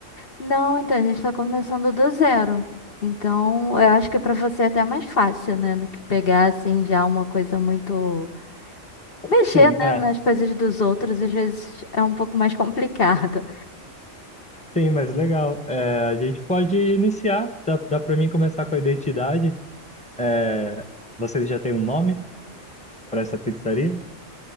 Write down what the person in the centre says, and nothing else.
Sim,
é.
Sim, mas legal. É, a gente pode iniciar. Dá, dá para mim começar com a identidade. É, vocês já têm um nome? para essa pizzaria?